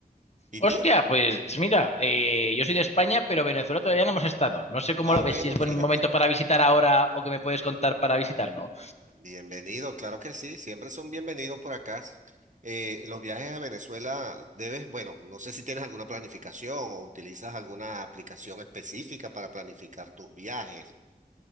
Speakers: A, on the right; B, on the left.
A: ¿Y
B: Hostia,
A: tú?
B: pues mira, eh, yo soy de España, pero Venezuela todavía no hemos estado. No sé cómo
A: Ah,
B: lo
A: bueno,
B: ves, si es buen
A: fíjate.
B: momento para visitar ahora o qué me puedes contar para visitarlo.
A: Bienvenido, claro que sí, siempre son bienvenidos por acá. Eh, los viajes a Venezuela debes, bueno, no sé si tienes alguna planificación o utilizas alguna aplicación específica para planificar tus viajes.